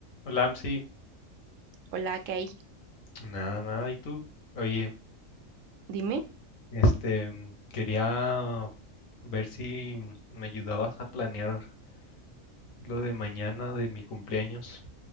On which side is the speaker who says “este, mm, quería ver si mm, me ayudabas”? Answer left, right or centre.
Left